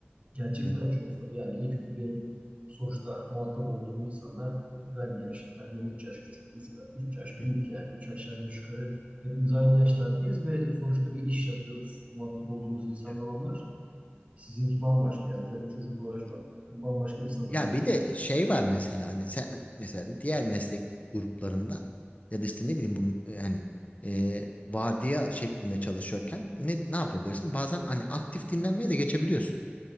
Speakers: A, on the right (about 30°); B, on the left (about 35°).
A: Gerçekten
B: Evet.
A: çok zor. Yani iyi kötü benim sonuçta muhatap olduğum insanlar e, ben yaş, benden 3 yaş küçük, üç üç yaş
B: Hı
A: büyük
B: hı,
A: yani 3 aşağı 5 yukarı hepimiz aynı yaşlardayız ve sonuçta bir iş yapıyoruz. Muhatap olduğumuz insanlar
B: evet.
A: onlar. Sizinki bambaşka yani özellikle çocukla uğraşmak
B: İyi.
A: bambaşka bir sabır
B: Ya
A: gerekiyor.
B: bir de şey var mesela hani sen mesela diğer meslek gruplarında ya da işte ne bileyim bu yani e, vardiya şeklinde çalışıyorken ne ne yapabilirsin? Bazen hani aktif dinlenmeye de geçebiliyorsun.